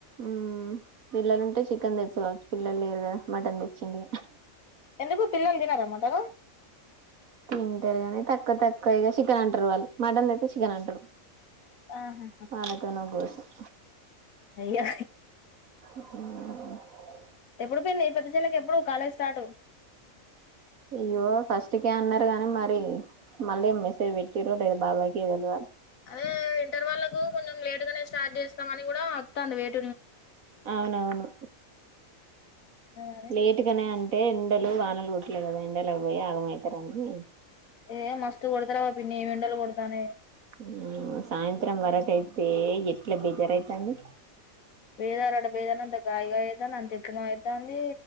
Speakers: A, on the right; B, on the left.
A: మ్మ్ పిల్లలుంటే చికెన్ తెచ్చుకోవచ్చు పిల్లలు లేరు గదా మటన్ తెచ్చిండిగ
B: ఎందుకు పిల్లల్ తినరా మటను
A: తింటరు గనీ తక్కువ తక్కువ ఇగ సికినన్ట్రు వాళ్ళు మటన్ తెత్తే సికినన్ట్రు
B: ఆహా
A: మనతోనుఘోష్ <inaudible>
B: అయ్య
A: మ్మ్
B: ఎప్పుడు పిన్ని పెద్ద చెల్లెకెప్పుడు కాలేజ్ స్టార్టు
A: అయ్యో ఫస్ట్కే అన్నరు గని మరి మల్లెం మెసేజ్ పెట్టిరో లేదో బాబాయ్ కె దెలవాల
B: అదే ఇంటర్ వాళ్ళకు కొంచెం లేటు గనే స్టార్ట్ చేస్తాం అని గుడా వత్తాంది వెట్
A: అవునవును
B: అదే
A: లేటు గనే అంత్ అంటే ఎండలు వానలు కొట్లే కదా ఎండలు అవ్ పోయి ఆగమైతరని
B: ఏ మస్తు కొడతరు గా పిన్ని ఏమెండలు గొడతన్నాయే
A: మ్మ్ సాయంత్రం వరకైతే ఎట్ల బేజారైతాంది.
B: వేదారోడ వేదన్నంత కాయగా ఏదన్నంత ఎక్కు మాయ్ తాంది